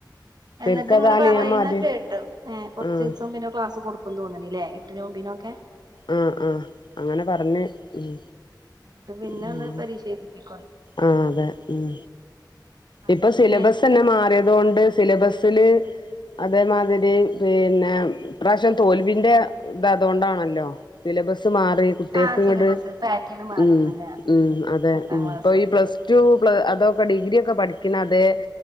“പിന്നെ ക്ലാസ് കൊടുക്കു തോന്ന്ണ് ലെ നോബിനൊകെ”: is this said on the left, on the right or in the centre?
Right